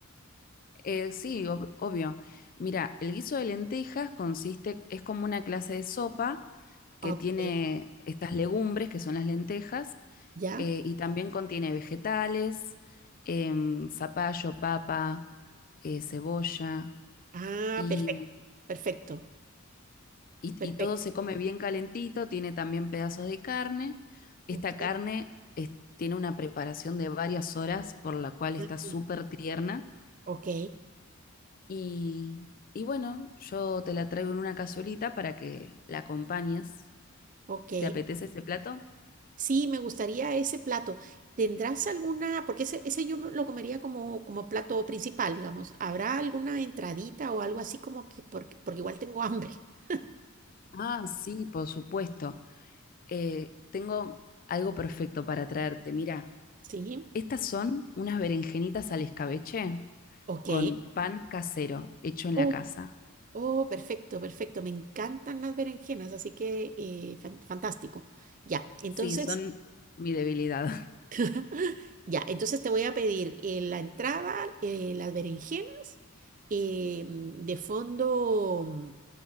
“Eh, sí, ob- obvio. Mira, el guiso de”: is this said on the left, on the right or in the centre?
Left